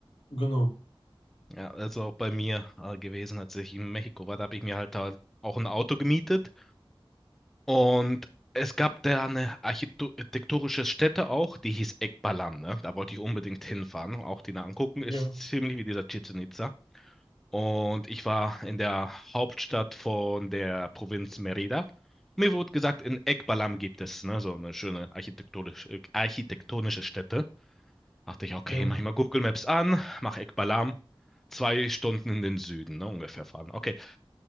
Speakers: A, on the left; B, in the centre.
A: Genau.
B: Ja, also auch bei mir äh, gewesen, als ich in Mexiko war, da habe ich mir halt, halt auch ein Auto gemietet. Und es gab da eine architektonische Stätte auch, die hieß Ekbalam, ne? Da wollte ich unbedingt hinfahren, auch die da angucken. Ist
A: Ja,
B: ziemlich wie dieser Chichén Itzá. Und ich war in der Hauptstadt von der Provinz Merida. Mir wurde gesagt, in Ekbalam gibt es, ne, so eine schöne architektonische, architektonische Stätte. Dachte ich, okay,
A: ja.
B: mach ich mal Google Maps an, mach Ekbalam, zwei Stunden in den Süden, ne, ungefähr fahren. Okay,